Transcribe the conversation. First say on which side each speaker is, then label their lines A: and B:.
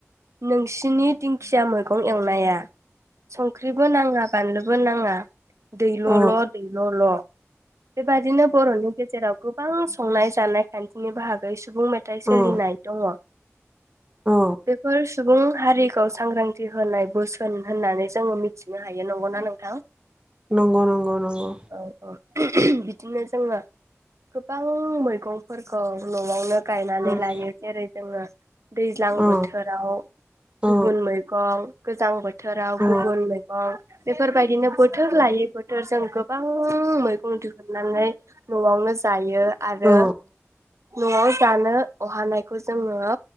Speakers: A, on the right; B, on the right.
A: नोंसिनि दिंखिया मैगं एवनाया संख्रिबो नाङा बानलु बो नाङा दैल'ल'
B: औ
A: दै'ल' बेबादिनो बर'नि गेजेराव गोबां संनाय जानाय खान्थिनि बाहागै स सुबुं मेथाइ सोलिनाय
B: औ
A: दङ'।
B: औ
A: बेफोरस सुबुं हारिखौ सांग्रांथि होनाय बोसोन होननानै जोङो मिथिनो हायो नंगौना नोंथां?
B: नंगौ नंगौ नंगौ।
A: औ औ <unintelligible> जोङो गोबां मैगंफोरखौ न'आवनो गायनानै
B: उम
A: लायो जेरै जोङो दैज्लां
B: औ
A: बोथोराव
B: औ
A: गुबुन मैगं गोजां बो थोराव
B: औ
A: गुबुन मैगं। फोरबायदिनो बोथोर लायै बोथोर जों गोबां <unintelligible> मैगं दिहुननानै न'आवनो जायो। आरो
B: औ
A: न'आव जानो अहानायखौ जोङो